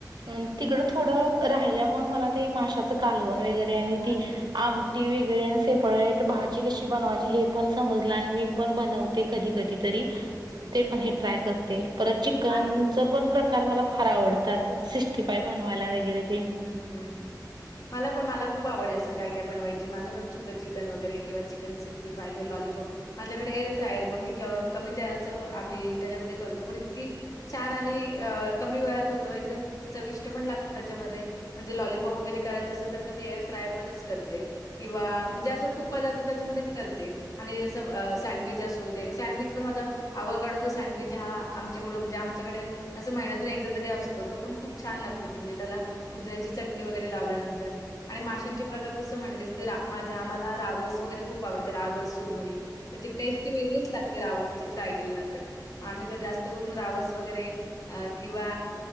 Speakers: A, on the right; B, on the left.
A: अ तिकडं थोडं राहिल्यामुळे मला ते माशाचं कालवण वगैरे आणि
B: हां,
A: ती
B: हां.
A: आमट ती वेगळी आण सेफळे भाजी कशी, बनवायची हे पण समजलं आणि मी पण बनवते कधी कधीतरी,
B: अच्छा.
A: ते पण हे ट्राय करते परत चिकनच,
B: माझं
A: पण प्रकार मला फार आवड <unintelligible> सिक्स्टी फाय बनवायला वगैरे ते,
B: हम्म <unintelligible> मला पण मला खूप आवडे असे काय काय बनवायची. माझं पण सुखं चिकन वगैरे किंवा चिकन सिक् तिफय्य लॉलीप माझ्याकडे एर फ्रायर मग मी क कमी तेलाचं आम्ही त्याच्यामध्ये, करतो पण इतकी छान आणि अ कमी वेळात होतो एकदम चविष्ट पण लागत त्याच्यामध्ये, म्हणजे लॉलपॉप वगैरे करायच असेल तर मी एअर फ्रायर मध्येच करते. किंवा म्हणजे असा खूप पदार्थ त्याच्यामध्ये मी करते. आणि जसं अ सँडविच असू दे सँडविच पण माझा आवकााडोचा सँडविच हा आमच्याकडून, म्हणजे आमच्याकडे असं महिन्यातून, एकदा तरी असतो तो पण खूप छान लागतो टूनी तला पुदण्याची चटणी वगैरे लावल्यानंतर. आणि माशांचे प्रकार जसं म्हणले स तरा माझे आम्हाला रावस वगैरे, खूप आवडतं रावस सुरमई त्याची टेस्टी वेगळीच लागते रावस ची फ्राय केल्यानंतर. मग आम्ही जर जास्त करून रावस वगैरे अ किंवा